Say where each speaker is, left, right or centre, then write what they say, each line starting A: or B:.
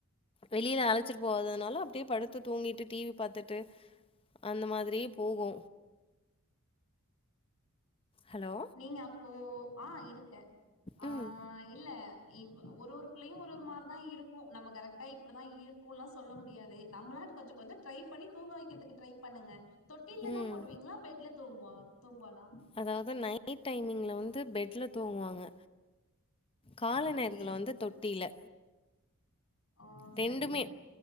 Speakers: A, on the left (about 25°); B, on the left (about 70°).
A: வெளியில அழைச்சட்டு போவாதனால படுத்து தூங்கிட்டு டிவி பாரத்துுட்டு அந்த மாதிரியே போகு ஹலோ
B: நீங்க அப்போ ஆஹ் இருக் க ஆஹ்
A: ம்
B: இல்ல ஒரு ஒரு பிள்ளையு ஒரு ஒரு மாரி தா இருக்கு நம்ம கரெக்ட் டா இப்படிதா இருக்கும்ல்லா சொல்ல முடியாது நம்மளாட்டு கொஞ்சோ கொஞ்சோ ட்ரை பன்னி தூங்க வைக்கிறதுக்கு ட்ரை பண்ணுங்க தொட்டில்ல
A: ம்
B: தா போடுவீங்களா பெட்ல தூங்குவா தூங்கவாலா
A: அதாவது நைட் டைமிங்ல வந்து பெட்ல தூங்குவாங்க கால
B: ஓகே
A: நேரத்துல வந்து தொட்டில
B: ஆ
A: ரெண்டுமே
B: சரி